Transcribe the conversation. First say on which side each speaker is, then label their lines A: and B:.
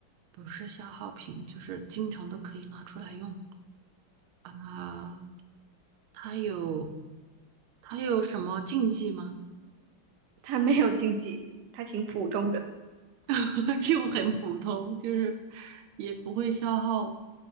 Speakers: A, on the right; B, on the right.
A: 不是消耗品，就是经常都可以拿出来用啊。它有它有什么禁忌吗？
B: 它没有经济，它挺普通的。
A: <laughs> 又很普通，就是也不会消耗